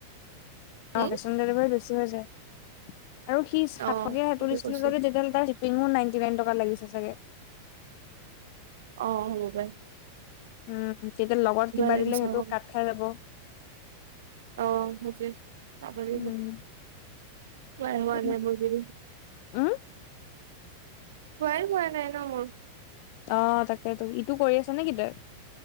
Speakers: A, on the right; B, on the left.
A: উম
B: অ কেচ অন ডেলিভাৰী বেছি হৈ যায় আৰু সি সাত
A: অ
B: টকীয়া
A: সেইটো
B: দিছিলো
A: কৈছো
B: তেতিয়াহলে তাৰ চিপিঙো নাইনটি নাইন টকা লাগিছে চাগে
A: অ সেনেকুৱাই
B: উম তেতিয়া লগত কিবা
A: লাগিছে
B: দিলে সেইটো
A: আকৌ
B: কাট খাই যাব
A: অ সেইটোৱে চাব লাগিব
B: উম
A: ক্লাই হোৱা‌
B: তেনে
A: নাই মুৰৰ্গিটো
B: উম
A: ৱাই হোৱা নাই ন মোৰ।
B: অ তাকেতো ইটো কৰি আছ নেকি তই